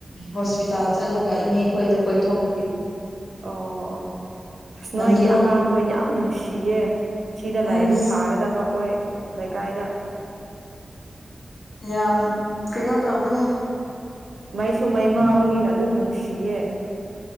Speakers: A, on the left; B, on the right.
A: ꯍꯣꯁꯄꯤꯇꯥꯜ ꯆꯠꯂꯒ ꯏꯅꯦꯈꯣꯏꯗ ꯀꯣꯏꯊꯣꯛ
B: ꯑꯣ ꯑꯣ ꯅꯣꯏꯒꯤ
A: ꯅꯝꯗꯨꯂꯣꯡ
B: ꯑꯉꯥꯡꯗꯣ ꯌꯥꯝ ꯅꯨꯡꯁꯤ ꯆꯦ ꯁꯤꯗ ꯂꯥꯏꯔꯗꯤ
A: ꯑꯩꯁ
B: ꯐꯥꯒꯗꯕ ꯑꯩꯈꯣꯏ ꯂꯩꯀꯥꯏꯗ
A: ꯌꯥꯝ ꯀꯩꯅꯣ ꯇꯧꯕꯅꯦ
B: ꯃꯩꯁꯨ ꯃꯩ
A: ꯎꯝ
B: ꯃꯥꯕꯅꯤꯅ ꯑꯗꯨꯝ ꯅꯨꯡꯁꯤꯌꯦ